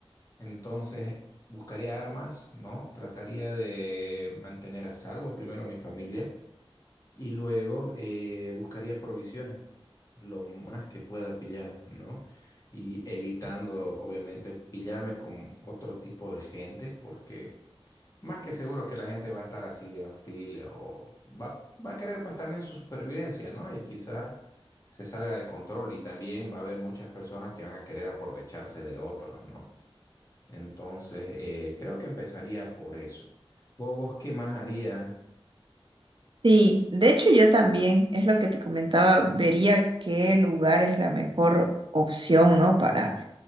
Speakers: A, on the left; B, on the right.
A: Entonces, buscaría armas, ¿no? Trataría de mantener a salvo primero a mi familia y luego eh, buscaría provisiones, lo más que pueda pillar, ¿no? Y evitando, obviamente, pillarme con otro tipo de gente, porque más que seguro que la gente va a estar así de hostil o va, va a querer pues también su supervivencia, ¿no? Y quizás se salga de control y también va a haber muchas personas que van a querer aprovecharse de otros, ¿no? Entonces, eh, creo que empezaría por eso. ¿Vos, vos qué más harías?
B: Sí, de hecho yo también, es lo que te comentaba, vería qué lugar es la mejor opción, ¿no? Para,